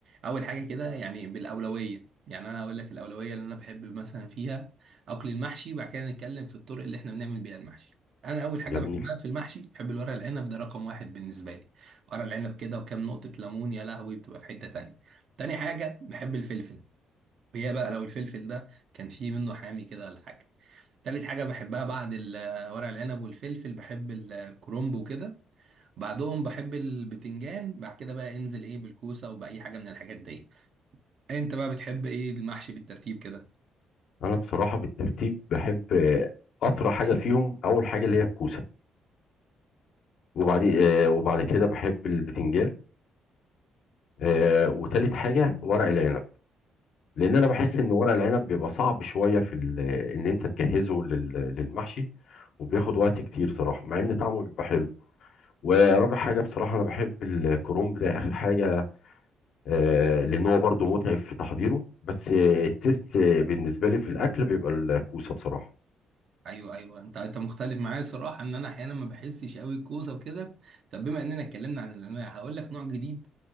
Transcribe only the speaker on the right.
اول حاجه كده يعني بالاولويه يعني انا اقول لك الاولويه اللي انا بحب مثلا فيها اكل المحشي بعد كده نتكلم في الطرق اللي احنا بنعمل بيها المحشي انا اول حاجه
بحبها في المحشي بحب الورق العنب ده رقم واحد بالنسبه لي ورق العنب كده وكام نقطه ليمون يا لهوي بتبقى في حته تانية تاني حاجه بحب الفلفل وهي بقى لو الفلفل ده كان فيه منه حامي كده ولا حاجه تالت حاجه بحبها بعد ال- ورق العنب والفلفل بحب الكرنب وكده بعدهم بحب البتنجان بعد كده بقى انزل ايه بالكوسه وباي حاجه من الحاجات دي انت بقى بتحب ايه المحشي بالترتيب كده
ايوه ايوه انت انت مختلف معايا الصراحه ان انا احيانا ما بحسش قوي الكوسه وكده طب بما اننا اتكلمنا عن الانواع هقول لك نوع جديد